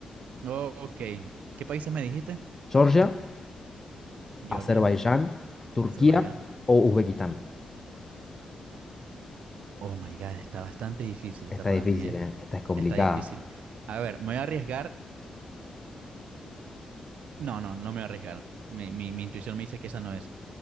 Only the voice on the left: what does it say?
Georgia,
Azerbaiyán, Turquía
o Uzbekistán.
Esta
es difícil,
¿eh? Esta es complicada.